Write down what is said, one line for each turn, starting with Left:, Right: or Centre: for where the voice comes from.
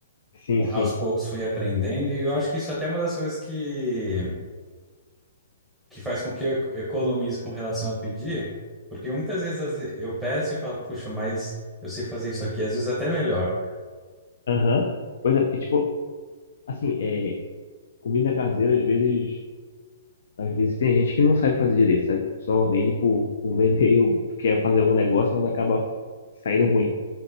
Left: Sim,
Centre: com-
Left: sim.
Centre: aos poucos fui aprendendo, e eu acho que isso até é uma das coisas que, que faz com que eu eco- economize com relação a pedir, porque muitas vezes às ve- eu peço e falo, puxa, mas eu sei fazer isso aqui, às vezes até melhor.
Left: Aham. Pois é, porque, tipo, Assim, é, comida caseira, às vezes, às vezes tem gente que não sabe fazer direito, sabe? Só vende por, por vender, ou quer fazer algum negócio, mas acaba saindo ruim.